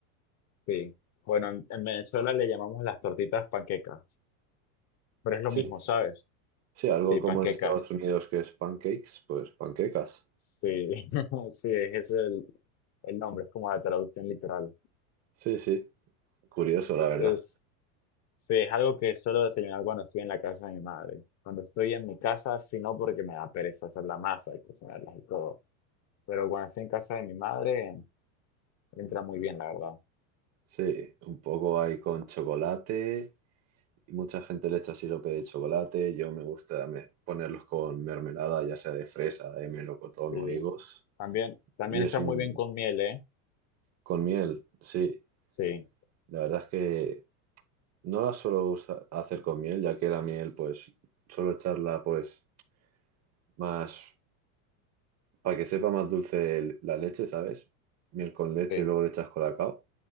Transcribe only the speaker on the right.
Sí,
sí, algo
como
en Estados Unidos que es pancakes, pues panquecas.
Sí, sí, curioso la verdad.
Sí, un poco hay con chocolate Y mucha gente le echa sirope de chocolate. Yo me gusta me- ponerlos con mermelada, ya sea de fresa, de melocotón
o higos.
Y es
un...
con miel, sí.
La verdad es que no la suelo usa- hacer con miel, ya que la miel, pues, suelo echarla, pues, más... para que sepa más dulce el- la leche, ¿sabes? Miel con leche
y luego le echas colacao.